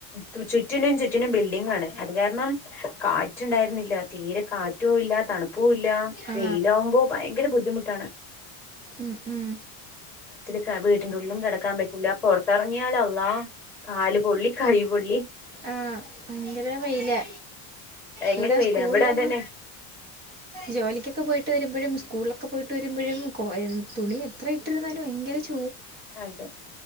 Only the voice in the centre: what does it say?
തു ചുറ്റിനും ചുറ്റിനും ബിൽഡിംഗാണ് ണ് അത് കാരണം കാറ്റുണ്ടായിരുന്നില്ല തീരെ കാറ്റൂ ഇല്ലാ തണ്പ് പ്പൂല്ലാ
വെയിലാവുമ്പോ ഭയങ്കര ബുദ്ധിമുട്ടാണ്
കാ വീട്ടിൻ്റുള്ളിലും കെടക്കാൻ പറ്റൂല പൊറത്തെറങ്ങിയാലല്ലാഹ് കാല് പൊള്ളി കൈ പൊള്ളി
ഭയങ്കര
വെയില
ഇവിടെ അതന്നെ
അതെ